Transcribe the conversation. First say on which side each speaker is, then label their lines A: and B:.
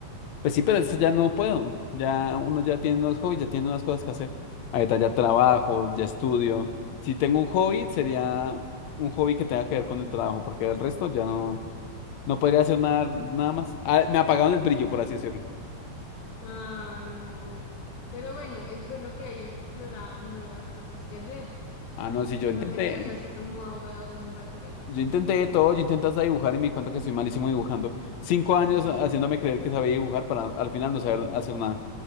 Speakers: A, on the left (about 60°); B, on the left (about 80°).
A: Pues sí, pero eso ya no puedo. Ya uno ya tiene unos hobbies, ya tiene unas cosas que hacer. Ahorita ya trabajo, ya estudio. Si tengo un hobby, sería un hobby que tenga que ver con el trabajo, porque el resto ya no, no podría hacer nada, nada más. Ah, me apagaron el brillo, por así decirlo.
B: Ay, no. Pero bueno, es bueno que hayas explorado nuevas cosas que hacer.
A: Ah, no, si yo intenté,
B: No te quedas así como ahogado en un vaso de agua.
A: yo intenté de todo, yo intenté hasta dibujar y me di cuenta que soy malísimo dibujando. Cinco años
B: <laughs>
A: haciéndome creer que sabía dibujar para al final no saber hacer nada.